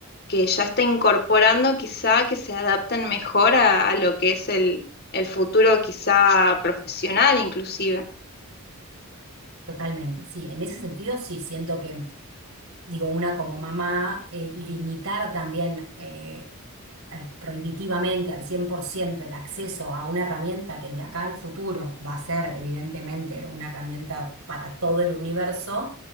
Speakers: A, on the left; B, on the right.
A: que ya está incorporando quizá que se adapten mejor a, a lo que es el, el futuro quizá profesional inclusive.
B: Totalmente, sí. En ese sentido, sí, siento que, digo, una como mamá, eh, limitar también. eh, al- prohibitivamente al 100% el acceso a una herramienta que de acá al futuro va a ser evidentemente una herramienta para todo el universo,